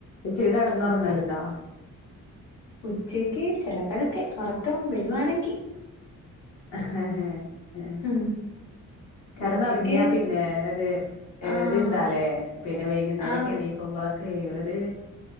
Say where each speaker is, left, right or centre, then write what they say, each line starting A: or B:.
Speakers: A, on the left; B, on the left.
A: ഉച്ചയ്ക് കെടന്നൊറങ്ങല്ണ്ടാ
B: ഉച്ചയ്ക്ക് ചെലപ്പളൊക്കെ ഒറക്കം വരുവാണെങ്കി
A: ഹാ ഹേ ഏ
B: ഉം
A: കെടന്നൊറങ്ങ്യാ
B: ഉച്ചക്ക്
A: പിന്നെ ഒരു ഏ
B: ആഹ്
A: ഒരു ഇതാല്ലേ പിന്നെ വൈകുന്നേരൊക്കെണീക്കുമ്പൊളൊ
B: ആന്ന്
A: കേ ഒര്